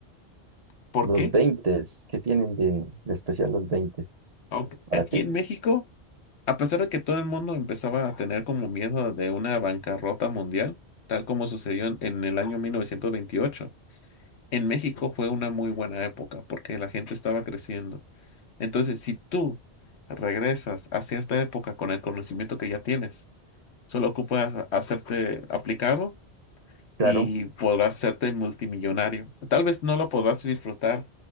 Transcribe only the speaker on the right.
Los
20, ¿qué tienen de, de especial los 20
para
ti?
Claro,